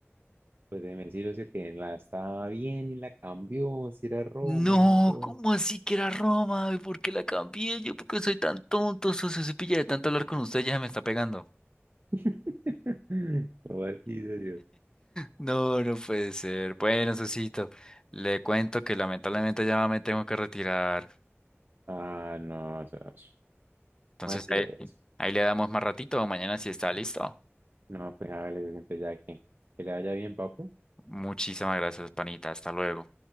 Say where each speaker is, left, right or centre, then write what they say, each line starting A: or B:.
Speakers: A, on the right (about 50°); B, on the left (about 15°).
A: Pues déjeme decirle socio, que la estaba bien y la cambió, si era Roma.
B: No,
A: todo.
B: ¿cómo así que era Roma? ¿Y ¿Por qué la cambié? Yo, ¿por qué soy tan tonto, socio? Se pilla de tanto hablar con usted, ya se me está pegando.
A: <laughs> ¿Cómo así, socio?
B: No, no puede ser. Bueno, Sosito, le cuento que lamentablemente ya me tengo que retirar.
A: Ah, no, socio.
B: Entonces
A: ¿Cómo así
B: ahí,
A: le
B: ahí le damos más ratito, mañana si está listo.
A: No, pues hágale, socio, pues ya que, que le vaya bien, papu.
B: Muchísimas gracias, panita. Hasta luego.